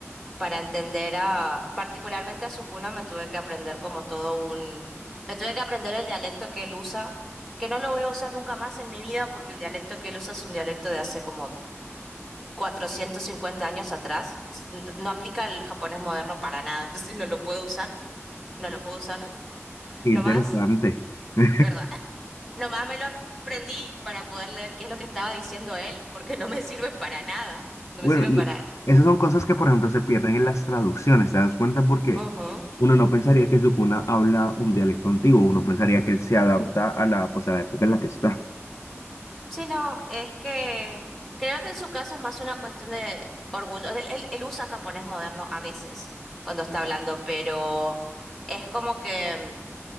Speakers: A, in the centre; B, on the left.
A: para entender a, particularmente a Sukuna me tuve que aprender como todo un, me tuve que aprender el dialecto que él usa, que no lo voy a usar nunca más en mi vida porque el dialecto que él usa es un dialecto de hace como 450 años atrás. N- No aplica el japonés moderno para nada, <laughs> entonces no lo puedo usar, no lo puedo usar <laughs>
B: qué
A: nomás,
B: interesante. <laughs>
A: ¿verdad? Nomás me lo aprendí para poder leer qué es lo que estaba diciendo él, porque no me sirve para nada. No
B: Bueno,
A: me sirve
B: y
A: para...
B: esas son cosas que, por ejemplo, se pierden en las traducciones, ¿te das cuenta? Porque
A: Ujú.
B: uno no pensaría que Sukuna habla un dialecto antiguo, uno pensaría que él se adapta a la, pues, a la época en la que está.
A: Sí, no, es que creo que en su caso es más una cuestión de orgullo. Él, él- él usa japonés moderno a veces cuando está hablando, pero es como que mm,